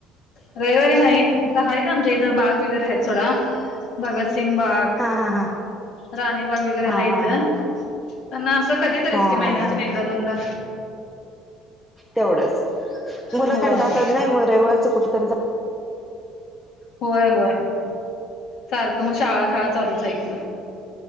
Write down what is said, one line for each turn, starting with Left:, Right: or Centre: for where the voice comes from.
Left: रविवारी नाही, इथ हाइत आमच्या इथं बाग वगैरे आहेत सोडा. भगतसिंग बाग,
Centre: हा हा हा
Left: राणी बाग वगैरे
Centre: हा
Left: हाईत.
Centre: हा
Left: त्यांना
Centre: हा
Left: असं कधी तरीच
Centre: हा
Left: की
Centre: हा
Left: महिन्यातून
Centre: हा
Left: एकदा दोनदा.
Centre: तेवढंच, मुलं
Left: होय
Centre: कंटाळतात नाही म रविवारच कुठ तरी जा
Left: होय होय, सारखं म शाळा शाळा चालूच आहे की.